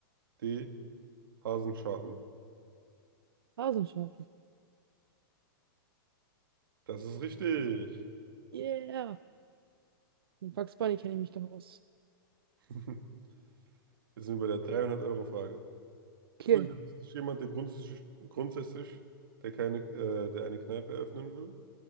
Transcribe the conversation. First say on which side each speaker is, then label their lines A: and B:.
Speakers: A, on the right; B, on the right.
A: D. Hasenschaden.
B: Hasenscharten.
A: Das ist richtig.
B: Yeah! Mit Bugs Bunny kenne ich mich doch aus.
A: <laughs> Jetzt sind wir bei der 300-Euro-Frage.
B: Okay.
A: Für ist jemand, der grundsätzlich, grundsätzlich der keine, äh, der eine Kneipe eröffnen will.